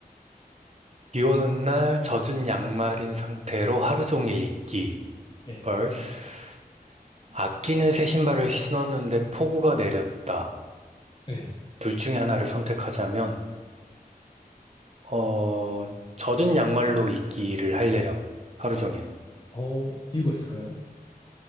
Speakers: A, on the right; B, on the left.
A: 비 오는 날 젖은 양말인 상태로 하루 종일 있기.
B: 예,
A: vs 아끼는 새 신발을 신었는데 폭우가 내렸다.
B: 예.
A: 둘 중에 하나를 선택하자면, 어, 젖은 양말로 있기를 할래요. 하루
B: 아,
A: 종일.
B: 어, 이유가 있을까요?